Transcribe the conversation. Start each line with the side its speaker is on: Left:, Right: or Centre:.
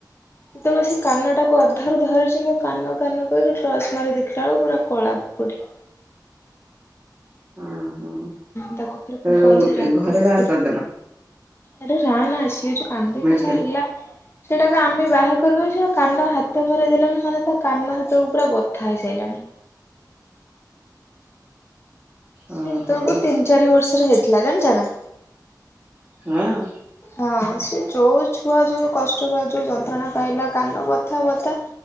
Left: ଯେତେବେଳେ ସେ କାନଟାକୁ ଅଧାରୁ ଧରିଛି ମୁଁ କାନ କାନ କରିକି ଡ୍ରସ୍ ମାରି ଦେଖିଲା ବେଳକୁ ପୁରା କଳା ବୁକୁଠି
Right: ହଁ ହଁ।
Left: ତାକୁ ଫରେ
Right: ଆଉ
Left: କନ ରାତି
Right: ଘରେ
Left: ରାତି
Right: ବାହାର କରିଦେଲ
Left: ଆରେ ରା ନା ଆସିବ ଯୋଉ କାନ୍ଦିକି
Right: ମେଡିକାଲ
Left: ଯାହା ହେଲା ସେଟାକୁ ଆମେ ବାହାର କରି ସେ କାନ ହାତ ମର ଦେଲା ମାନେ ତା କାନ ହାତରୁ ପୁରା ବଥା ହେଇସାରିଲାଣି
Right: ଓହୋ
Left: ସେି ତକୁ ତିନି ଚାରି ବର୍ଷ ହେଇଥିଲା କଣ ଜ
Right: ହଁ
Left: ହଁ ସେ ଯୋଉ ଛୁଆ ଯୋଉ କଷ୍ଟ ଯୋଉ ଯନ୍ତ୍ରଣା ପାଇଲା କାନ ବଥା ବଥା